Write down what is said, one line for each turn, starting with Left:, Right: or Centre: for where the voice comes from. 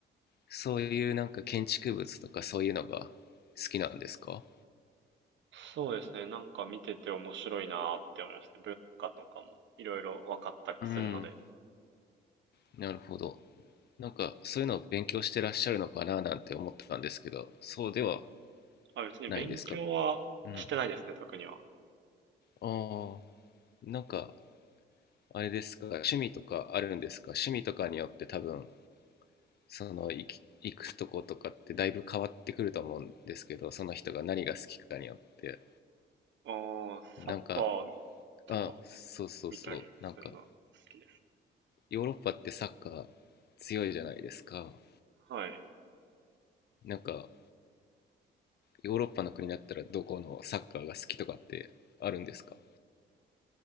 Left: そういうなんか建築物とかそういうのが好きなんですか
Right: そうですね、なんか見てて面白いなーって思いますね。文化とかもいろいろ分かったりするので。
Left: うんなるほど。なんかそういうのを勉強してらっしゃるのかななんて思ってたんですけど、そうでは
Right: あ、別に勉強はしてないですね、
Left: ないんですかうん
Right: 特には。
Left: ああ、なんかあれですか、趣味とかあるんですか趣味とかによって多分その行き行くとことかってだいぶ変わってくると思うんですけどその人が何が好きかによって
Right: ああ、
Left: なんか
Right: サッカーとか
Left: あそうそうそうなんか
Right: 見たりするの好きです。
Left: ヨーロッパってサッカー強いじゃないですか
Right: はい。
Left: なんかヨーロッパの国だったらどこのサッカーが好きとかってあるんですか